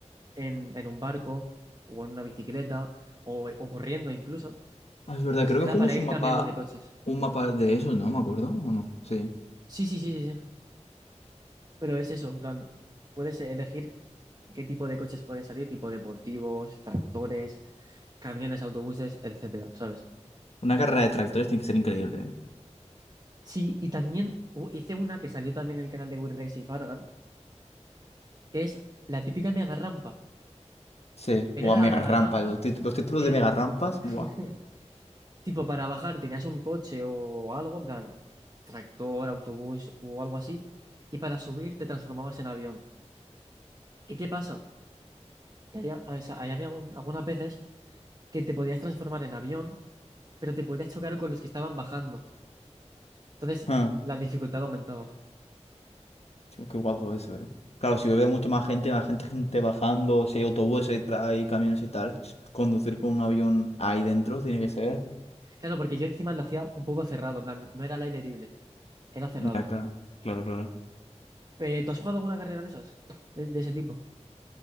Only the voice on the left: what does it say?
Ah, es verdad,
creo
que jugamos
un mapa,
un mapa de eso, ¿no? ¿Me acuerdo? ¿O no? Sí.
Una carrera de tractores tiene que ser increíble, ¿eh?
Sí,
buah,
mega
rampa.
Los, tit- los títulos
de mega rampas,
buah.
Ah,
tío, qué guapo eso, eh. Claro, si bebe mucho más gente, más gente, gente bajando, si hay autobuses, hay, tra- hay camiones y tal, conducir con un avión ahí dentro tiene que ser.
Ya, claro, claro, claro.